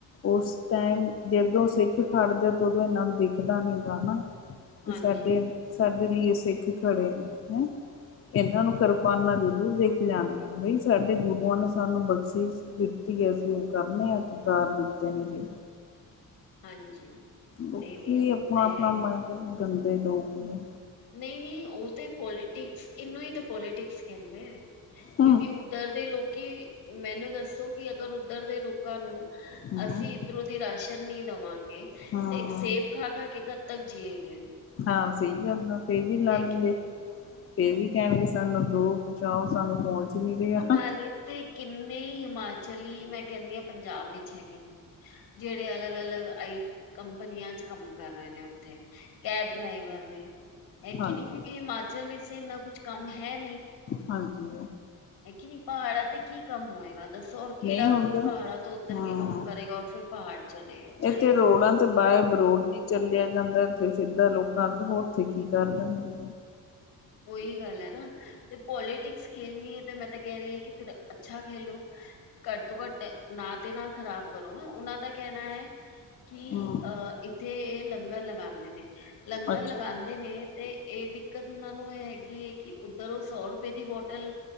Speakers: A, on the left; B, on the left.
A: ਉਸ ਟਾਈਮ ਜਦੋਂ ਸਿੱਖ ਖੜ ਜਾ ਤਾਂ ਉਦੋਂ ਇਹਨਾ ਨੂੰ ਦਿਖਦਾ ਨੀ ਗਾ ਹਨਾ
B: ਹਾਂਜੀ
A: ਤੇ ਸਾਡੇ ਸਾਡੇ ਲਈ ਸਿੱਖ ਖੜੇ ਨੇ ਹੈਂ ਇਹਨਾਂ ਨੂੰ ਕਰਪਾਨਾ ਜ਼ਰੂਰ ਦੇਖ ਜਾਂਦੀਆਂ ਬਈ ਸਾਡੇ ਗੁਰੂਆਂ ਨੇ ਸਾਨੂੰ ਬਖਸ਼ਿਸ਼ਤੀ ਅਸੀਂ ਉਹ ਕਰਨੇ ਆਕਾਰ ਦਿੱਤੇ ਨੇ ਜਿ
B: ਹਾਂਜੀ
A: ਲੋਕੀ
B: ਨਹੀਂ ਨਹੀਂ ਉਹ
A: ਆਪਣਾ
B: ਤੇ
A: ਆਪਣਾ
B: ਹੈ ਹੀ
A: ਮਨ ਗੰਦੇ ਲੋਕ ਨੇ
B: ਨਹੀਂ ਨਹੀਂ ਉਹ ਤੇ ਪੋਲੀਟਿਕਸ ਇਹਨੂੰ ਹੀ ਤਾਂ ਪੋਲੀਟਿਕਸ ਕਹਿੰਦੇ ਕਿਉਂਕਿ
A: ਹਮ
B: ਉੱਧਰ ਦੇ ਲੋਕੀ ਮੈਨੂੰ ਦੱਸ ਦੱਸੋ ਕਿ ਅਗਰ ਉੱਧਰ ਦੇ ਲੋਕਾਂ ਨੂੰ
A: ਹਮ
B: ਅਸੀਂ ਇੱਧਰੋਂ ਦੀ ਰਾਸ਼ਨ ਨ ਦੇਵਾਂਗੇ
A: ਹਾਂ
B: ਤੇ ਇੱਕ
A: ਹਾਂ
B: ਸੇਬ ਖਾ ਖਾ ਕੇ ਕਦ ਤੱਕ ਜੀਏ ਗਏ
A: ਹਾਂ ਸਹੀ ਗੱਲ ਆ ਫੇਰ ਵੀ ਲੜਨਗੇ
B: ਕਿ ਨਹੀਂ
A: ਤੇ ਵੀ ਕਹਿਣਗੇ ਸਾਨੂੰ ਦੋ ਪਹਚਾਓ ਸਾਨੂੰ ਪਹੁੰਚ ਨਹੀਂ ਰਿਹਾ
B: ਉਹਨਾਲੇ ਤੇ ਕਿੰਨੇ ਹਿਮਾਚਲ ਚਲੀ ਮੈਂ ਕਹਿੰਦੀ ਹਾਂ ਪੰਜਾਬ ਵਿੱਚ ਹੈਗੇ ਨੇ ਜਿਹੜੇ ਅਲੱਗ ਅਲੱਗ ਆਈ ਕੰਪਨੀਆਂ ਚ ਕੰਮ ਕਰ ਰਹੇ ਨੇ ਉੱਥੇ ਕੈਬ ਡਰਾਈਵਰ ਨੇ ਹੈ ਕਿ
A: ਹਾਂਜੀ
B: ਨਹੀਂ ਕਿਉਂਕਿ ਹਿਮਾਚਲ ਵੇਸੇ ਇੰਨਾ ਕੁਛ ਕੰਮ ਹੈ ਨਹੀਂ
A: ਹਾਂਜੀ
B: ਹੈ ਕਿ ਨਹੀਂ ਪਹਾੜਾਂ ਤੇ ਕੀ ਕੰਮ ਹੋਏਗਾ ਦੱਸੋ ਔਰ ਕਿਹੜਾ
A: ਨਹੀਂ ਹੁੰਦਾ
B: ਰੋਜ਼ ਪਹਾੜਾਂ ਤੋਂ ਉੱਤਰ
A: ਹਾਂ
B: ਕੇ ਕੰਮ ਕਰੇਗਾ ਔਰ ਫਿਰ ਪਹਾੜ ਚੜੇਗਾ ਚੜੇਗਾ
A: ਇੱਥੇ ਰੋਡਾਂ ਤੇ ਬਾਏ ਬਰੋਡ ਨੀ ਚੱਲਿਆ ਜਾਂਦਾ। ਸਿੱਧਾ ਲੋਕਾਂ ਤੋਂ ਉੱਥੇ ਕੀ ਕਰ ਲਣਗੇ
B: ਉਹੀ ਗੱਲ ਹੈ ਨਾ ਤੇ ਪੋਲੀਟਿਕਸ ਖੇਲਣੀ ਹੈ ਤੇ ਮੈਂ ਤਾਂ ਕਹਿ ਰਹੀ ਹਾਂ ਕਿ ਫਿਰ ਅੱਛਾ ਖੇਲੋ ਘੱਟ ਤੋਂ ਘੱਟ ਨਾ ਨਾ ਖ਼ਰਾਬ ਕਰੋ ਨਾ ਉਹਨਾਂ ਦਾ ਕਹਿਣਾ ਹੈ ਕਿ
A: ਹਮ
B: ਹ ਇੱਥੇ ਲੰਗਰ ਲਗਾਂਦੇ ਨੇ ਲੰਗਰ
A: ਅੱਛਾ
B: ਲਗਾਂਦੇ ਨੇ ਤੇ ਐ ਦਿੱਕਤ ਉਹਨਾਂ ਨੂੰ ਇਹ ਹੈਗੀ ਹੈ ਕਿ ਉੱਧਰ ਉਹ ਸੌ ਰੁਪਏ ਦੀ ਬੋਟਲ